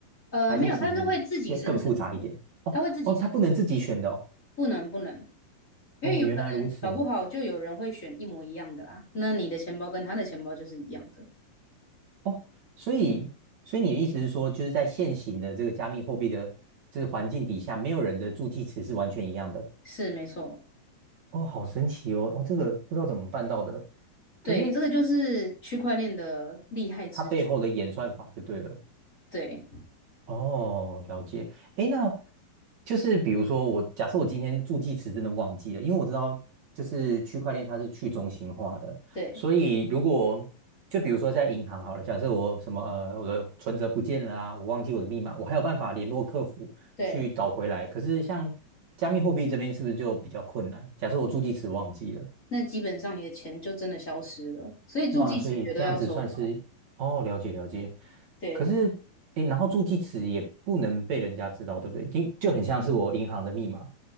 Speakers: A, on the left; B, on the right.
A: 呃，
B: 还是其实要更复杂一点？
A: 没有，它是会自己生成的，
B: 哦哦，
A: 它会自己生成，
B: 它不能自己选的哦。
A: 不能不能，因为有可能搞不好就有人会选一模一样的啦，
B: 哦，原来如此。
A: 那你的钱包跟他的钱包就是一样的。
B: 哦，所以所以你的意思是说，就是在现行的这个加密货币的这个环境底下，没有人的助记词是完全一样的。
A: 是没错，
B: 哦，好神奇哦！哦，这个不知道怎么办到的，
A: 对，
B: 可是
A: 这个就是区块链的厉害之处。
B: 它背后的演算法就对了。
A: 对，
B: 哦，了解。诶，那就是比如说我，假设我今天助记词真的忘记了，因为我知道就是区块链它是去中心化的，
A: 对，
B: 所以如果就比如说在银行好了，假设我什么呃我的存折不见了啊，我忘记我的密码，我还有办法联络客服去找回来。
A: 对，
B: 可是像加密货币这边是不是就比较困难？假设我助记词忘记了。
A: 那基本上你的钱就真的消失了，所以助记词绝对要收好。
B: 哇，所以这样子算是哦，了解了解。
A: 对，
B: 可是，诶，然后助记词也不能被人家知道，对不对？就就很像是我银行的密码，